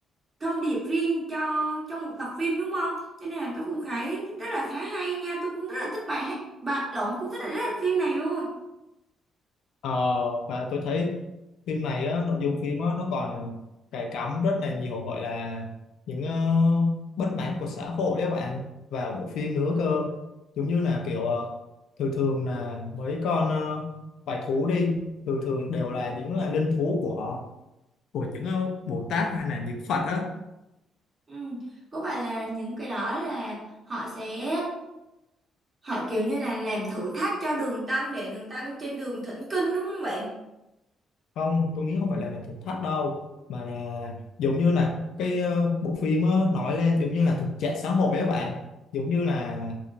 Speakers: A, on the right; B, on the left.
A: thông điệp riêng cho trong một tập phim đúng không cho nên là tôi cũng thấy rất là khá hay nha tôi cũng rất là thích bài hát bài lộn cũng thích là rất là phim này luôn
B: Ờ, và tôi thấy phim này á, nội dung phim á, nó còn ờ, cài cắm rất là nhiều gọi là những ờ, bất mãn của xã hội các bạn vào bộ phim nữa cơ giống như là kiểu ờ, thường thường là mấy con ờ, quái thú đi thường thường đều là những là linh thú của của những ờ, Bồ Tát hay là những Phật á
A: ừ. có phải là những cái đó là họ sẽ họ kiểu như là làm thử thách cho đường tanh để đường tanh trên đường thỉnh kinh đúng không bạn
B: không tôi nghĩ không phải là làm thực thắt đâu mà là giống như là cái ờ, bộ phim á, nói lên giống như là thực trạng xã hội á bạn giống như là